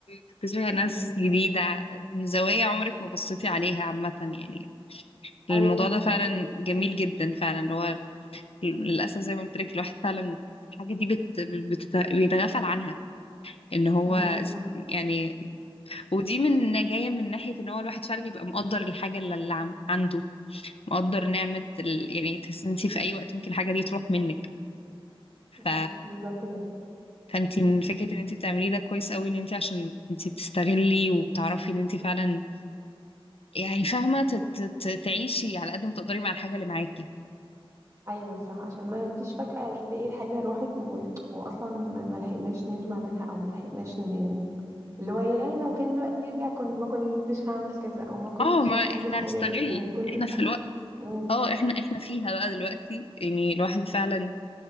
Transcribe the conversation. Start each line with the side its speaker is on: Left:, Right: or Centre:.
Left: تكتشفي
Right: امم
Left: ناس جديدة من زوايا عمرك ما بصيتي عليها عامة يعني الموضوع
Right: ايوه
Left: ده فعلا جميل جدا فعلا اللي هو للأسف زي ما قلت لك الواحد فعلا الحاجة دي بت... بتت... بيتغافل عنها ان هو
Right: امم
Left: ز-
Right: صح
Left: يعني ودي من جاية من ناحية ان هو الواحد فعلا يبقى مقدر الحاجة اللي اللي عم... عنده مقدر نعمة ال... يعني تحس انت في اي وقت ممكن الحاجة دي تروح منك ف
Right: صح بالظبط كده
Left: فانت فكرة ان انت بتعمليه ده كويس قوي ان انت عشان انت بتستغلي وبتعرفي ان انت فعلا يعني فاهمة تت... تت... تعيشي على قد ما تقدري مع الحاجة اللي معاكي
Right: ايوه صح عشان ما فيش فجأة تلاقي الحاجه راحت و... واصلا ما ما لحقناش نشبع منها او ما لحقناش ن... ن... اللي هو يا لو كان الوقت يرجع كنت ما كنتش هعمل كذا او ما كنتش
Left: اه ما
Right: هسيب
Left: احنا
Right: الحاجة
Left: هنستغل
Right: دي او ما كنتش
Left: احنا في
Right: هعمل
Left: الوقت
Right: مم.
Left: اه احنا احنا فيها بقى دلوقتي يعني الواحد فعلا